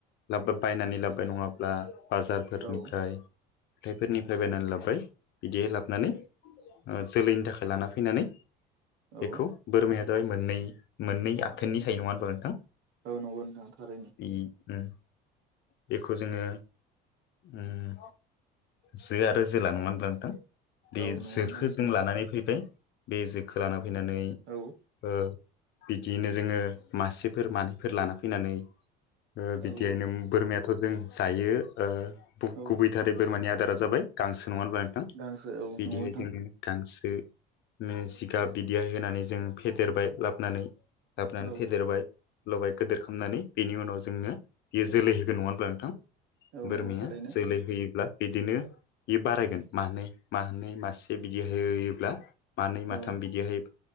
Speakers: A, on the left (about 60°); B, on the right (about 60°).
A: लाबा बायनानै लाब्बाय नङाब्ला बाजारफोरनिफ्राय
B: औ
A: हाथायफोरनिफ्राय बायनानै लाबोबाय बिदिहै लाबोनानै जोलैनि थाखाय लाना फैनानै
B: औ
A: बेखौ बोरमाया जाबाय मोननै मोननै आथोननि थायो नङा होनबा नोंथां
B: औ नंगौ नोंथां थारैनो।
A: बे उम बेखौ जोङो ओम जो आरो जोला नङा होमबा नोंथां। बे
B: औ नंगौ
A: जोखो
B: नोंथां
A: जों लानानै फैबाय बे जोखो लाना फैनानै
B: औ
A: ओ बिदियैनो जोङो मासेफोर मानैफोर लाना फैनानै ओ बिदियैनो
B: औ
A: बोरमायाथ' जों जायो। ओ
B: औ औ
A: गुबैथारै बोरमानि आदारा जाबाय गांसो नङा होनब्ला नोंथां।
B: गांसो औ
A: बिदिहाय
B: नंगौ नोंथां
A: जों गांसो नो जिगाब बिदिहाय होनानै जों फेदेरबाय लाबोनानै। गाबनानै
B: औ
A: फेदेरबाय लबाय गेदेर खालामनानै बेनि उनाव जोंनो बियो जोलै होगोन नङा होनब्ला नोंथां।
B: औ
A: बोरमाया
B: नंगौ थारैनो
A: जोलै होयोब्ला बिदिनो बे बारायगोन मानैै मानैै मासे बिदि होयोब्ला मानै
B: औ
A: माथाम बिदिहाय